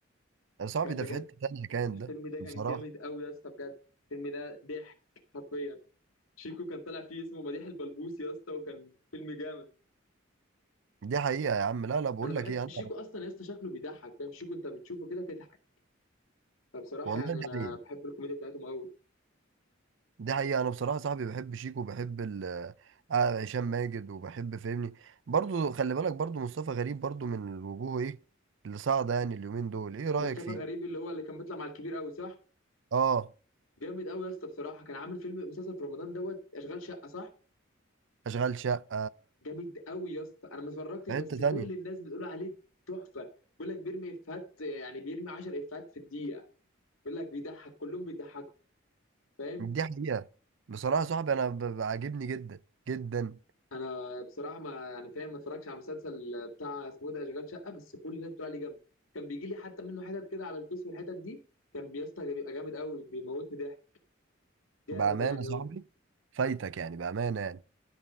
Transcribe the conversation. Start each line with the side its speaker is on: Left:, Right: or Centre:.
Right: يا صاحبي
Left: كان
Right: ده
Left: بجد
Right: في حتة تانية كان
Left: الفيلم
Right: ده
Left: ده
Right: بصراحة
Left: كان جامد قوي يا اسطى بجد الفيلم ده ضحك حرفيا شيكو كان طالع فيه اسمه مديح البلبوس يا اسطى وكان فيلم جامد
Right: دي حقيقة يا عم لا لا بقول
Left: انا بحب
Right: لك ايه انا
Left: شيكو اصلا يا اسطى شكله بيضحك فاهم شيكو انت بتشوفه كده تضحك فبصراحه
Right: والله
Left: يعني
Right: دي
Left: انا
Right: حقيقة
Left: بحب الكوميديا بتاعتهم قوي
Right: دي حقيقة انا بصراحة يا صاحبي بحب شيكو وبحب ال آه، هشام ماجد وبحب فاهمني برضو خلي بالك برضو مصطفى غريب برضو من الوجوه ايه اللي صاعدة يعني اليومين دول ايه رأيك
Left: مصطفى
Right: فيه
Left: غريب اللي هو اللي كان بيطلع مع الكبير قوي صح
Right: اه
Left: جامد قوي يا اسطى بصراحه كان عامل فيلم مسلسل في رمضان دوت اشغال شقه صح
Right: اشغال شقة
Left: جامد قوي يا اسطى انا ما اتفرجتش
Right: في
Left: بس
Right: حتة تانية
Left: كل الناس بتقول عليه تحفه بيقول لك بيرمي افيهات يعني بيرمي 10 افيهات في الدقيقه بيقول لك بيضحك كلهم بيضحكوا فاهم
Right: دي حقيقة بصراحة يا صاحبي أنا ب- بعجبني جدا جدا
Left: انا بصراحه ما يعني فاهم ما اتفرجتش على المسلسل بتاع اسمه إيه ده اشغال شقه بس كل الناس بتقول عليه جامد كان بيجي لي حتى منه حتت كده على الفيس والحتت دي كان يا اسطى بيبقى جامد قوي بيموتني ضحك جامد
Right: بأمانة
Left: يعني
Right: يا صاحبي
Left: هو
Right: فايتك يعني بأمانة يعني